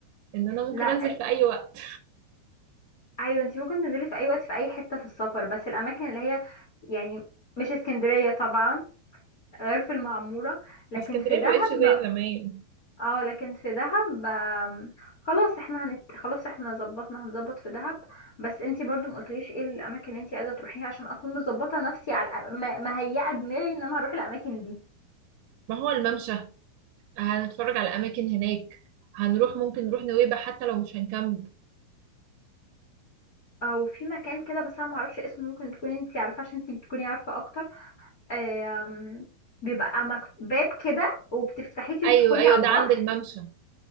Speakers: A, on the right; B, on the left.
A: ان انا ممكن
B: لا
A: انزل في اي وقت
B: ايوه انت ممكن تنزلي في اي وقت في اي حته في السفر بس الاماكن اللي هي يعني مش اسكندريه طبعا غير في المعموره لكن
A: اسكندريه
B: في دهب
A: ما بقتش زي زمان
B: اه لكن في دهب آم، خلاص احنا هنت... خلاص احنا ظبطنا هنظبط في دهب بس انت برضو ما قلتليش ايه الاماكن اللي انت عايزه تروحيها عشان اكون مظبطه نفسي على الأ- م- مهيئه دماغي ان انا هروح الاماكن دي
A: ما هو الممشى هنتفرج على اماكن هناك هنروح ممكن نروح نويبع حتى لو مش هنكمل
B: او في مكان كده بس انا ما اعرفش اسمه ممكن تكوني انت عارفه عشان انت بتكوني عارفه اكتر آم، بيبقى مك- باب كده وبتفتحيه تدخلي
A: ايوه ايوه
B: على
A: ده
B: البحر
A: عند الممشى